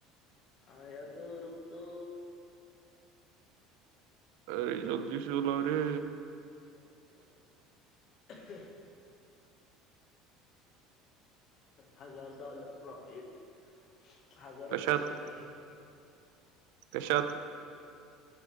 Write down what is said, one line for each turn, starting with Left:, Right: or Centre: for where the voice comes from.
Left: आा या तो रुखतो
Right: अरे चदीसल रे
Left: ह हजार डॉलर प्रॉफिट हजार रुपये
Right: कशात
Left: सॉरी
Right: कशात